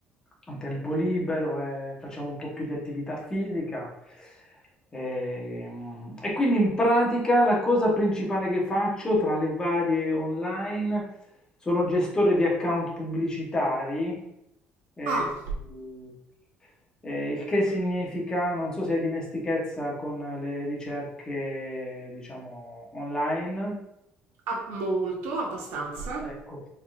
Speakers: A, on the left; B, on the right.
A: un tempo libero, e facciamo un po' più di attività fisica. E, mm, e quindi in pratica la cosa principale che faccio tra le varie online sono gestore di account pubblicitari, e,
B: ah,
A: mm, eh, il che significa, non so se hai dimestichezza con le ricerche, diciamo, online.
B: ah, molto, abbastanza.
A: Ecco,